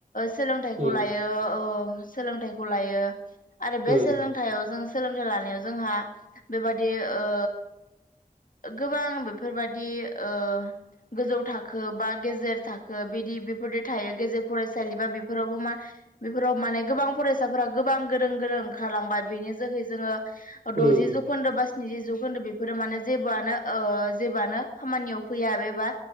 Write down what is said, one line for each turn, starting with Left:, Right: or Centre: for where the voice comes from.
Left: सोलोंथाइखौ
Right: उम
Left: लायो ओ सोलोंथाइखौ लायो आरो
Right: उम
Left: बे सोलोंथाइयाव जों सोलोंथाइ लानायाव जोंहा बेबादि ओ गोबां बेफोरबादि ओ गोजौ थाखो बा गेजेर थाखो बिदि बेफोरदि थायो गेजेर फरायसालि बा बेफोरावबो मा बेफोराव माने गोबां फरायसाफोरा गोबां गोरों गोरों ओंखारलांबाय बेनि जोहै जोङो द'जि
Right: उम
Left: जौखोन्दो बा स्निजि जौखोन्दो बेफोरो माने जेबोआनो ओ जेबोयानो खामानियाव फैया एबा